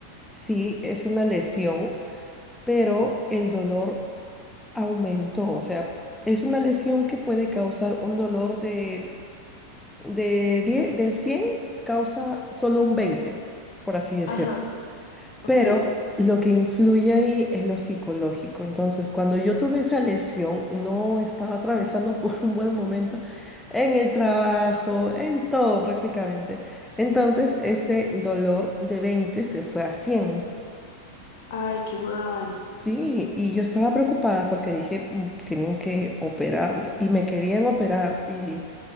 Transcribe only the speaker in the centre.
sí es una lesión, pero el dolor aumentó. O sea, es una lesión que puede causar un dolor de, de 10 del 100 causa solo un 20, por así decirlo.
Pero lo que influye ahí es lo psicológico. Entonces, cuando yo tuve esa lesión, no estaba atravesando <laughs> por un buen momento en el trabajo, en todo prácticamente. Entonces, ese dolor de 20 se fue a cien
Sí, y yo estaba preocupada porque dije, "Mm, tienen que operarme y me querían operar y